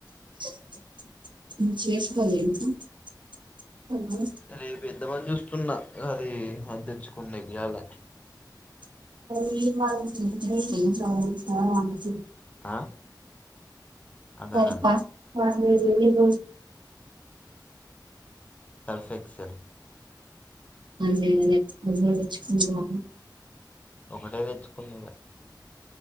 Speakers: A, on the right; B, on the left.
A: <unintelligible>
B: రేపు ఎంత మంది చూస్తున్నారు అది అ తెచ్చుకునే ఇయాలనీ
A: <unintelligible>
B: ఆ అర్థం
A: సపా
B: కాలే
A: అ ఏ బ
B: సల్ఫ్ ఎక్సెల్
A: అదే అ తెచ్చుకుని బాగ
B: ఒకటే తెచ్చుకున్నదా